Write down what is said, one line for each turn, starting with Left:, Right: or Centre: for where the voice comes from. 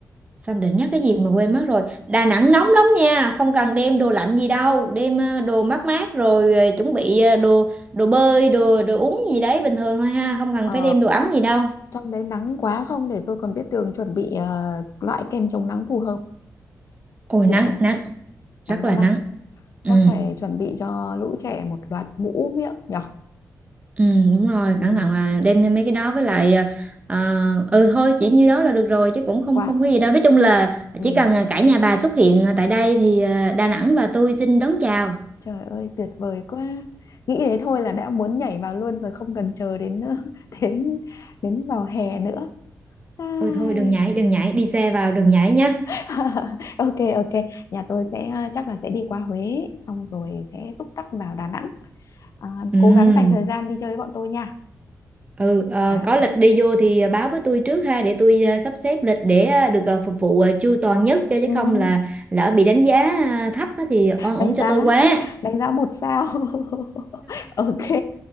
Right: sao để nhắc cái gì mà quên mất rồi Đà Nẵng nóng lắm nha không cần đem đồ lạnh gì đâu đem ờ, đồ mát mát rồi ờ, chuẩn bị ờ, đồ đồ bơi đồ đồ uống gì đấy bình thường thôi ha không cần
Left: ờ
Right: phải đem đồ ấm gì đâu
Left: trong đấy nắng quá không để tôi còn biết đường chuẩn bị ờ, loại kem chống nắng phù hợp
Right: ôi
Left: kiểu
Right: nắng nắng rất
Left: nắng lắm
Right: là nắng
Left: à
Right: ừ
Left: chắc phải chuẩn bị cho lũ trẻ một loạt mũ miệng nhở
Right: ừ đúng rồi
Left: ừ,
Right: cẩn thận là đem thêm mấy cái đó với lại ờ, ờ, ừ thôi chỉ như đó là được rồi chứ cũng không
Left: quạt
Right: không có gì đâu nói chung là
Left: ừ.
Right: chỉ cần ờ, cả nhà bà xuất hiện ờ, tại đây thì ờ, Đà Nẵng và tôi xin đón chào
Left: Trời ơi tuyệt vời quá. Nghĩ thế thôi là đã muốn nhảy vào luôn rồi không cần chờ đến <laughs> đến đến vào hè nữa. Ai.
Right: Ôi thôi đừng nhảy, đừng nhảy, đi xe vào đừng nhảy nhá.
Left: <laughs> Ok ok, nhà tôi sẽ ờ, chắc là sẽ đi qua Huế xong rồi sẽ túc tắc vào Đà Nẵng. À,
Right: Ừm,
Left: cố gắng dành thời gian đi chơi với bọn tôi nha.
Right: Ừ, ờ,
Left: À, ok.
Right: có lịch đi vô thì báo với tôi trước ha để tôi ờ, sắp xếp lịch để ờ, được ờ, phục vụ ờ, chu toàn nhất cho chứ
Left: Ừm,
Right: không là lỡ bị đánh giá ờ, thấp á thì oan uổng
Left: đánh giá
Right: cho tôi quá.
Left: đánh giá một sao. <laughs> Ok.